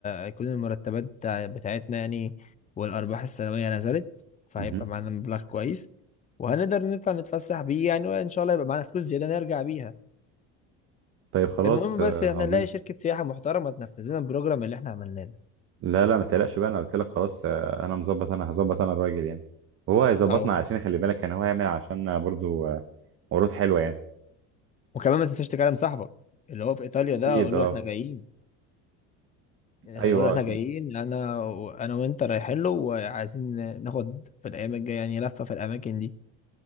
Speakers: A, on the left (about 20°); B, on the right (about 40°).
A: هيكون المرتبات بتاع- بتاعتنا يعني والأرباح السنوية نزلت فهيبقى
B: مهم.
A: معانا مبلغ كويس وهنقدر نطلع نتفسح بيه يعني وإن شاء الله يبقى معانا فلوس زيادة نرجع بيها
B: طيب خلاص
A: المهم
B: آه،
A: بس احنا
B: عظيم
A: نلاقي شركة سياحة محترمة تنفذ لنا البروجرام اللي احنا عملناه ده.
B: لا لا ما تقلقش بقى انا قلت لك خلاص آه، انا مظبط انا هظبط انا الراجل يعني وهو هيظبطنا
A: أو
B: علشان خلي بالك يعني هو هيعمل عشان برضو آه، عروض حلوه يعني
A: وكمان ما تنساش تكلم صاحبك اللي هو في إيطاليا
B: اكيد
A: ده أقول
B: اه
A: له احنا جايين هقول
B: ايوه
A: له احنا
B: آه، اكيد
A: جايين أنا وأنا وأنت رايحين له وعايزين ناخد في الأيام الجاية يعني لفة في الأماكن دي